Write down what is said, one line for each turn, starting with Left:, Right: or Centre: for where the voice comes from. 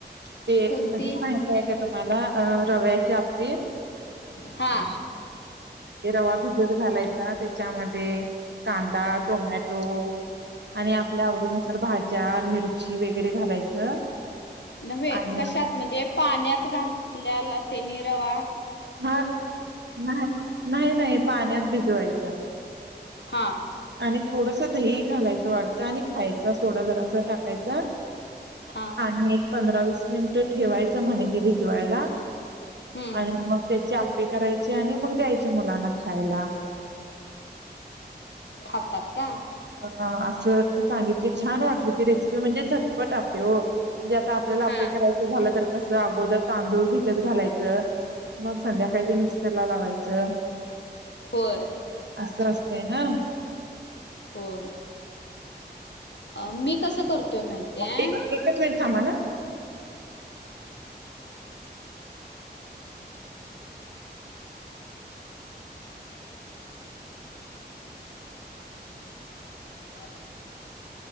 Right: ते
Left: कोणती
Right: अ प काय. तुम्हाला रव्याचे.
Left: हा
Right: वा. भिजत घालायचा त्याच्यामध्ये कांदा टोमॅटो आणि आपल्या आवडीनुसार भाज्या मिरची वगैरे घालायचं
Left: नव्हे
Right: आणि
Left: कशात म्हणजे पाण्यात घातल्याला तेनीीरावा
Right: हा नाही नाही नाही पाण्यात भिजवायचा
Left: हा
Right: आणि थोडस दही घालायचं वाटतं आणि खायचा सोडा जरा अस टाकायचा
Left: हा
Right: आणि एक पंधरा वस स मिनिटं ठेवायच म्हणे ते भिजवायला
Left: हम्म
Right: आणि मग त्याच्या ते करायचे आणि मग द्यायचे मुलांना खायला
Left: खात का
Right: हा असं सांगितली छान वाटली ती रेसिपी म्हणजे झटपट आपे हो म्हणजे आता आपल्याला आपपे
Left: हा
Right: करायचं झालं तर कसं अगोदर तांदूळ भिजत घालायचं मग संध्याकाळी ते मिक्सर ला लावायचं
Left: होय
Right: असं रस्तय ना
Left: होय अ मी कसं करतोय माहिती आहे
Right: एक एकच मिनिट थांबा ना
Left: बर.